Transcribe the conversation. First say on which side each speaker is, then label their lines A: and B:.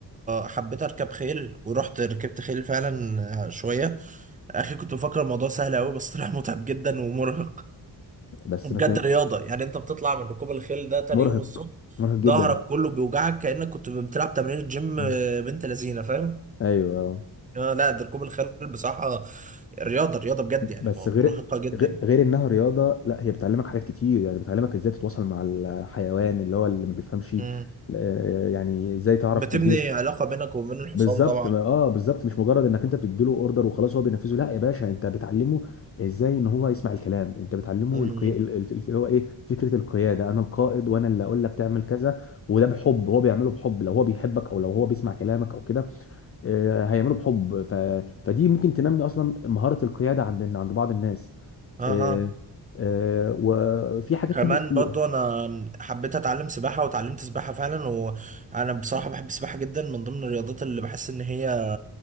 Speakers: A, on the right; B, on the left.
A: حبيت اركب خيل ورحت ركبت خيل فعلا شويه اخي كنت مفكر الموضوع سهل قوي بس <laughs> طلع متعب جدا ومرهق
B: بس
A: وبجد
B: ما ت-
A: رياضه يعني انت بتطلع من ركوب الخيل ده تاني
B: مرهق
A: يوم الصبح
B: مرهق جدا
A: ظهرك كله بيوجعك كانك كنت بتلعب تمرين جيم
B: مم.
A: بنت لذينه فاهم
B: ايوه آه.
A: آه، لا ده ركوب الخيل بصراحه رياضه رياضه بجد يعني
B: بس
A: مرهقه
B: غير
A: جدا
B: غير غير انها رياضه لا هي بتعلمك حاجات كتير يعني بتعلمك ازاي تتواصل مع الحيوان اللي هو اللي ما بيفهمش
A: مم.
B: آه، يعني ازاي تعرف
A: بتبني
B: تديله
A: علاقه بينك وبين الحصان
B: بالظبط
A: طبعا
B: ما- اه بالظبط مش مجرد انك انت بتديله اوردر وخلاص هو بينفذه لا يا باشا انت بتعلمه ازاي ان هو يسمع الكلام انت بتعلمه
A: مم.
B: القيا... ال- ال- اللي هو ايه فكره القياده انا القائد وانا اللي اقول لك تعمل كذا وده بحب هو بيعمله بحب لو هو بيحبك او لو هو بيسمع كلامك او كده آه، هيعمله بحب ف... فدي ممكن تنمي اصلا مهارة القيادة عند عند بعض الناس
A: اها
B: آه، آه، وفي حاجات
A: كمان
B: تانية كتير
A: برضو انا حبيت اتعلم سباحة وتعلمت سباحة فعلا وانا بصراحة بحب السباحة جدا من ضمن الرياضات اللي بحس ان هي